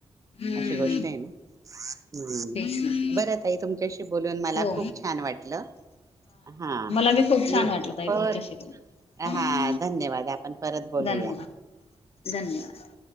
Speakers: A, on the left; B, on the right.
A: हम्म
B: अशी गोष्ट आहे ना हम्म
A: तेच ना
B: बरं ताई तुमच्याशी बोलून मला
A: हो
B: खूप छान वाटलं हा
A: मला बी खूप छान
B: मी
A: वाटलं
B: पर
A: ताई तुमच्याशी बोलून. हो
B: हा धन्यवाद आपण परत बोलूया.
A: धन्यवाद धन्यवाद <unintelligible>